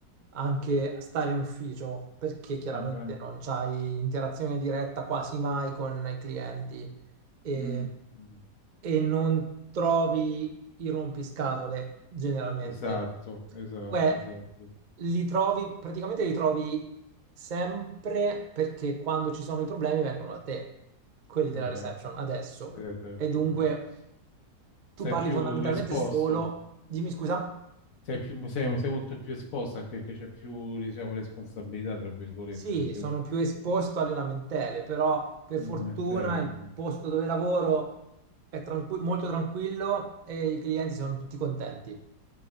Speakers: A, on the right; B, on the left.
A: anche stare in ufficio perché chiaramente
B: Va bene.
A: non c'hai interazione diretta quasi mai con i clienti e,
B: Mm. Mm.
A: e non trovi i rompiscatole generalmente.
B: Esatto, esatto,
A: Beh,
B: esatto,
A: li trovi, praticamente li trovi sempre perché quando ci sono i problemi vengono da te, quelli della
B: esatto.
A: reception, adesso.
B: Quella è Perception,
A: E dunque
B: sì.
A: tu
B: Sei
A: parli
B: più
A: fondamentalmente
B: esposto,
A: solo... Dimmi scusa.
B: sei, più, sei, sei molto più esposto anche perché c'è più, diciamo, responsabilità, tra virgolette,
A: Sì,
B: perché
A: sono
B: poi
A: più esposto alle lamentele, però per
B: veramente
A: fortuna
B: eri-
A: il posto dove lavoro è tranqu- molto tranquillo e i clienti sono tutti contenti.